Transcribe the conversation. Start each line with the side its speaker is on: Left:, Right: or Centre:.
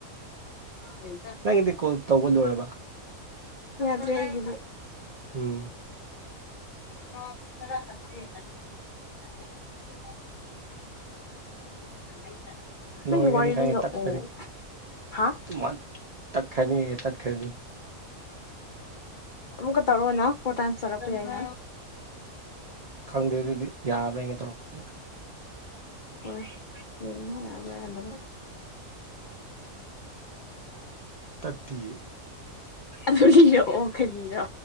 Left: ꯎꯝ
Right: ꯅꯪꯒꯤꯗꯤ ꯀꯣꯜ ꯇꯧꯕ ꯂꯣꯏꯔꯕ
Left: ꯌꯥꯗꯔ꯭ꯦ ꯑꯩꯒꯤꯗꯤ
Right: ꯎꯝ
Left: <unintelligible> <unintelligible>
Right: ꯂꯣꯏꯒꯅꯤ ꯈꯪꯉꯦ ꯇꯠꯀꯅꯤ <unintelligible>
Left: ꯑꯃꯨꯛ ꯇꯧꯔꯛꯑꯣꯅ ꯄꯣꯇ ꯆꯔꯛꯄ ꯌꯥꯏꯅ
Right: ꯈꯪꯗꯦ ꯑꯗꯨꯗꯤ ꯌꯥꯕ꯭ꯔꯅ ꯇꯧꯔꯛꯄ
Left: ꯍꯣꯏ ꯌꯥ ꯌꯥꯗꯕ꯭ꯔꯥ
Right: ꯇꯠꯇꯦ
Left: ꯑꯗꯨ ꯂꯩꯔꯛꯑꯣ ꯈꯔꯤꯔꯣ